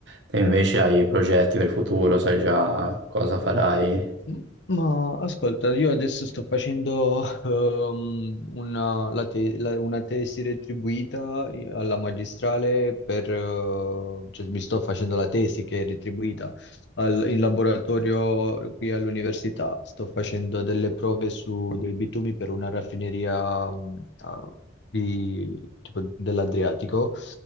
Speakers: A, on the right; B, on the left.
A: Te invece hai progetti per il futuro, sai già cosa farai?
B: M- Ma ascolta, io adesso sto facendo ehm, una, la te- la- una tesi retribuita alla magistrale per, eh, cioè mi sto facendo la tesi che è retribuita al- in laboratorio qui all'università. Sto facendo delle prove su dei bitumi per una raffineria mh, a- di- tipo dell'Adriatico